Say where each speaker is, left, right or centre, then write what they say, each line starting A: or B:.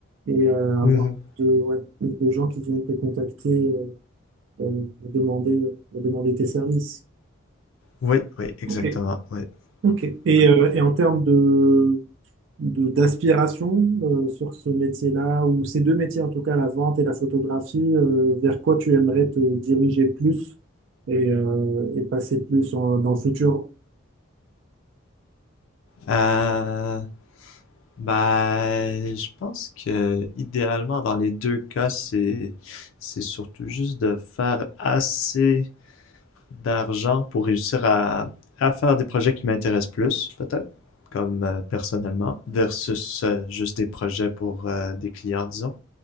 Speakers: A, on the right; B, on the left.
A: et euh, avoir
B: Mhm.
A: de, ouais, plus de gens qui viennent te contacter euh, euh, pour demander, pour demander tes services.
B: Oui, oui, exactement.
A: Ok.
B: Oui.
A: Ok. Et,
B: oui.
A: euh, et en termes de, de- d'aspiration euh, sur ce métier-là, ou ces deux métiers en tout cas, la vente et la photographie, euh, vers quoi tu aimerais te diriger plus et, euh, et passer plus en- dans le futur?
B: Euh, ben, je pense que idéalement, dans les deux cas, c'est c'est surtout juste de faire assez d'argent pour réussir à, à faire des projets qui m'intéressent plus, peut-être, comme euh, personnellement, versus euh, juste des projets pour euh, des clients, disons,